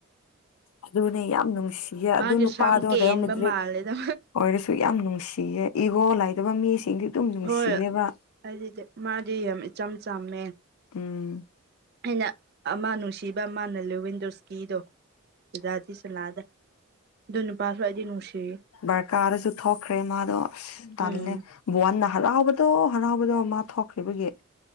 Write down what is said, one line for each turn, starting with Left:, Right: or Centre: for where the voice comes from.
Left: ꯑꯗꯨꯅꯦ ꯌꯥꯝ ꯅꯨꯡꯁꯤꯌꯦ
Right: ꯃꯥꯒꯤ
Left: ꯑꯗꯨ ꯅꯨꯄꯥꯗꯣ
Right: ꯁꯝ ꯀꯦꯟꯕ
Left: ꯔꯦꯌꯜ ꯃꯦꯗ꯭ꯔꯤꯛ
Right: ꯃꯥꯜꯂꯦꯗ
Left: ꯑꯣꯏꯔꯁꯨ ꯌꯥꯝ ꯅꯨꯡꯁꯤꯌꯦ ꯏꯒꯣ ꯂꯩꯇꯕ ꯃꯤꯁꯤꯡꯗꯤ ꯑꯗꯨꯝ ꯅꯨꯡꯁꯤꯑꯦꯕ
Right: ꯍꯣꯏ ꯑꯩꯗꯤ ꯃꯥꯗꯤ ꯌꯥꯝ ꯏꯆꯝ ꯆꯝꯃꯦ
Left: ꯎꯝ
Right: ꯑꯩꯅ ꯑꯃ ꯅꯨꯡꯁꯤꯕ ꯃꯥꯅ ꯂꯤꯋꯤꯟꯗꯣꯁꯀꯤ ꯗꯣ ꯁꯟꯅꯗꯤ ꯁꯟꯅꯗꯦ ꯑꯗꯨ ꯅꯨꯄꯥꯁꯨ ꯑꯩꯗꯤ ꯅꯨꯡꯁꯤꯔꯤ
Left: ꯕ꯭ꯔꯀꯥ ꯑꯗꯁꯨ ꯊꯣꯛꯈ꯭ꯔꯦ ꯃꯥꯗꯣ
Right: ꯎꯝ
Left: ꯇꯜꯂꯦ ꯕꯨꯋꯥꯟꯅ ꯍꯔꯥꯎꯕꯗꯣ ꯍꯔꯥꯎꯕꯗꯣ ꯃꯥ ꯊꯣꯛꯈ꯭ꯔꯤꯕꯒꯤ